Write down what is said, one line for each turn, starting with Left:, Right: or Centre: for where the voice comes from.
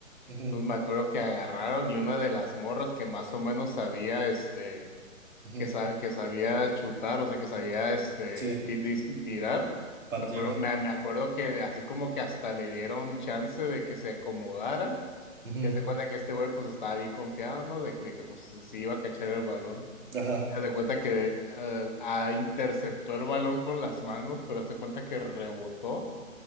Right: ujú,
Left: Entonces me acuerdo que agarraron y una de las morras que más o menos sabía, este
Right: ujú,
Left: que, sa- que sabía chutar, o sea, que sabía este,
Right: Sí,
Left: ti- dis- tirar.
Right: patera.
Left: Me acuerdo, me, me acuerdo que así como que hasta le dieron chance de que se acomodara.
Right: Ujú,
Left: Y haz de cuenta que este güey pues estaba bien confiado, ¿no? De, que- de que pues sí iba a cachar el balón.
Right: ajá,
Left: Y haz de cuenta que eh, ah, interceptó el balón con las manos, pero haz de cuenta que rebotó